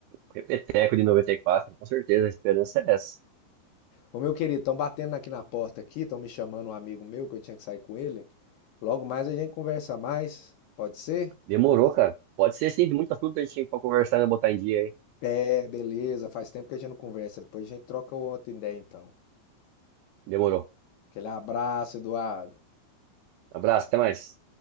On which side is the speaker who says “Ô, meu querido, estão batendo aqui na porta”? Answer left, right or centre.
Left